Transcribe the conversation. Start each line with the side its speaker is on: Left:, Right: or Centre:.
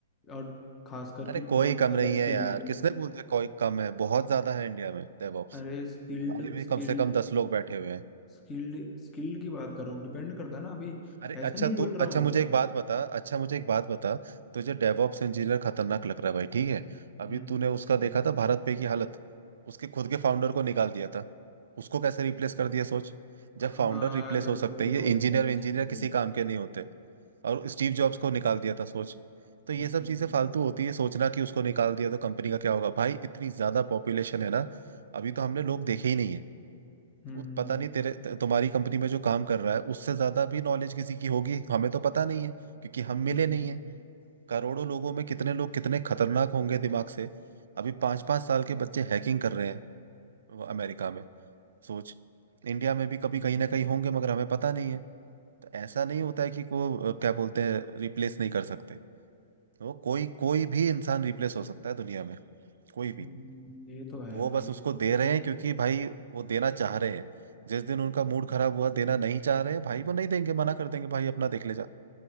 Left: और खासकर
Right: अरे
Left: कि
Right: कोई
Left: बहुत
Right: कम
Left: ज़्यादा
Right: नहीं है
Left: स्किल्ड
Right: यार किसने बोल दिया कोई कम है बहुत ज्यादा है इंडिया में डेवऑप्स
Left: अरे स्किल्ड
Right: हमारे में कम
Left: स्किल्ड
Right: से कम दस लोग बैठे हुए हैं
Left: स्किल्ड स्किल्ड की बात कर रहा हूँ डिपेंड करता है ना अभी
Right: अरे
Left: ऐसा
Right: अच्छा
Left: नहीं
Right: तो
Left: बोल रहा
Right: अच्छा
Left: हूँ
Right: मुझे एक बात बता अच्छा मुझे एक बात बता तुझे डेवऑप्स इंजीनियर खतरनाक लग रहा है भाई ठीक है अभी
Left: हम्म
Right: तूने उसका देखा था भारत पे की हालत उसके खुद के फाउंडर को निकाल दिया था उसको कैसे रिप्लेस कर दिया सोच जब
Left: हाँ,
Right: फाउंडर रिप्लेस
Left: अरे
Right: हो
Left: वो
Right: सकते
Left: तो
Right: हैं ये इंजीनियर
Left: अलग
Right: इंजीनियर
Left: चीज
Right: किसी
Left: है
Right: काम के नहीं होते और स्टीव जॉब्स को निकाल दिया था सोच तो ये
Left: हम्म
Right: सब चीजें फालतू होती है सोचना कि उसको निकाल दिया तो कंपनी का क्या होगा भाई इतनी ज्यादा पॉपुलेशन है ना अभी तो हमने लोग देखे ही नहीं है
Left: हम्म
Right: वो पता नहीं तेरे त- तुम्हारी कंपनी में जो काम कर रहा है उससे ज्यादा भी नॉलेज किसी की होगी हमें तो पता नहीं है क्योंकि हम
Left: हम्म
Right: मिले नहीं
Left: हम्म,
Right: है करोड़ों लोगों में कितने लोग कितने खतरनाक होंगे दिमाग से अभी पांच पांच साल के बच्चे हैकिंग कर रहे हैं वो अमेरिका में सोच इंडिया में भी कभी
Left: हम्म,
Right: कहीं ना कहीं होंगे मगर हमें पता नहीं है तो ऐसा नहीं होता है कि को अ, क्या बोलते हैं रिप्लेस नहीं कर सकते वो कोई कोई भी इंसान रिप्लेस हो सकता है दुनिया में कोई भी
Left: हम्म, ये तो है
Right: तो वो
Left: भाई
Right: बस उसको
Left: रिप्लेस
Right: दे रहे हैं
Left: तो
Right: क्योंकि भाई वो देना चाह रहे हैं जिस दिन उनका मूड खराब हुआ देना नहीं चाह रहे हैं भाई वो नहीं देंगे मना कर देंगे भाई अपना देख ले जा